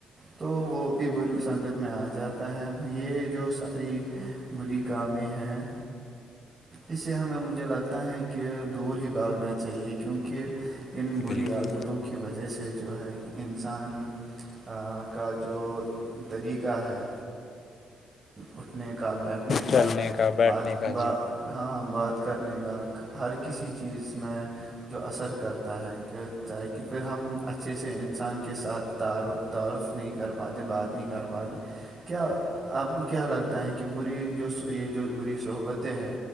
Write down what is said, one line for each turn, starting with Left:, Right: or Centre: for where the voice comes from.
Right: تو وہ بھی بری سنگت میں آ جاتا ہے یہ جو ساری بری کامیں ہیں اس سے ہمیں مجھے لگتا ہے کہ دور ہی بھاگنا چاہیے کیونکہ ان بری
Left: بالکل
Right: عادتوں کی وجہ سے جو ہے کہ انسان کا جو طریقہ ہے اٹھنے کا بیٹھ اپنے کا
Left: چلنے بیٹھنے
Right: بات
Left: کا
Right: ب
Left: جی
Right: ہاں بات کرنے کا ہر کسی چیز میں جو اثر کرتا ہے کہتا ہے کہ پھر ہم اچھے سے انسان کے ساتھ تعارف نہیں کر پاتے بات نہیں کر پاتے کیا آپ کو کیا لگتا تیں کہ بری جو یہ جو بری صحبتیں ہے